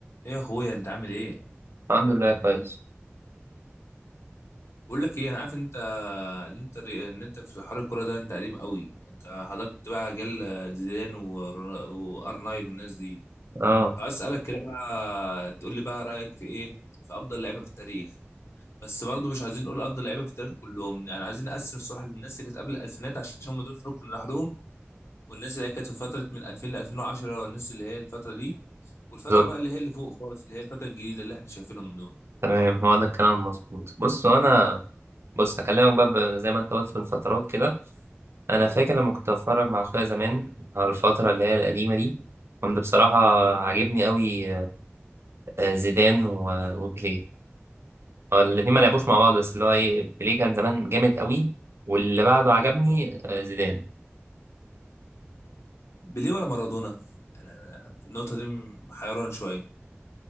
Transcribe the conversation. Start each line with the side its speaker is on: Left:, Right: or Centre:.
Left: ايه يا اخويا انت عامل ايه
Right: الحمد لله كويس
Left: بقول لك ايه انا عارف إن انت ان انت ان انت في حوار الكوره ده انت قديم قوي انت حضرت بقى جيل زيدان ور- وار 9 والناس دي
Right: اه
Left: عايز اسالك كده بقى تقول لي بقى رايك في ايه في افضل لعيبه في التاريخ بس برضه مش عايزين نقول افضل لعيبه في التاريخ كلهم يعني عايزين نقسم الصراحه للناس اللي كانت قبل الالفينات عشان هم دول في ركن لوحدهم والناس اللي هي كانت في فتره من 2000 ل 2010 والناس اللي هي الفتره دي والفتره
Right: بالظبط
Left: بقى اللي هي اللي فوق خالص اللي هي الفتره الجديده اللي احنا شايفينهم دول
Right: تمام هو ده الكلام المظبوط بص انا بص هكلمك بقى ب- زي ما انت قلت في الفترات كده انا فاكر لما كنت بتفرج مع اخويا زمان على الفتره اللي هي القديمه دي كنت بصراحه عاجبني قوي آه، زيدان و- وبيليه هو الاتنين ما لعبوش مع بعض بس اللي هو ايه بيليه كان زمان جامد قوي واللي بعده عجبني آه، زيدان
Left: بيليه ولا مارادونا انا أنا في النقطه دي حيران شويه